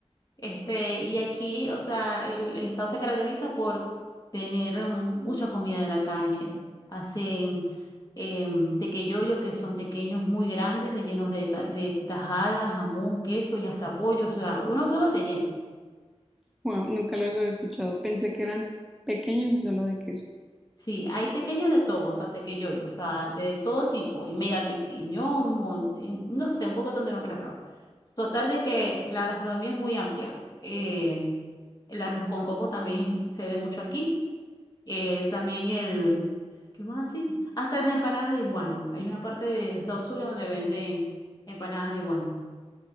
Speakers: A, on the left; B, in the centre.
A: Este, y aquí, o sea, el, el estado se caracteriza por tener mm, mucha comida de la calle. Hacen em, tequeyoyos, que son tequeños muy grandes, rellenos de, ta- de tajada, jamón, queso y hasta pollo. O sea, uno solo te llena.
B: Bueno, nunca los había escuchado. Pensé que eran pequeños y solo de queso.
A: Sí, hay tequeños de todo, hasta tequeyoyos, o sea, de todo tipo. Y mega tequeño, un montón, no sé, un poco de nombres raros. Total de que la gastronomía es muy amplia. Eh, el arroz con coco también se ve mucho aquí eh, también el, ¿qué más así? Hasta las empanadas de iguana. Hay una parte de Estados Unidos donde venden empanadas de iguana.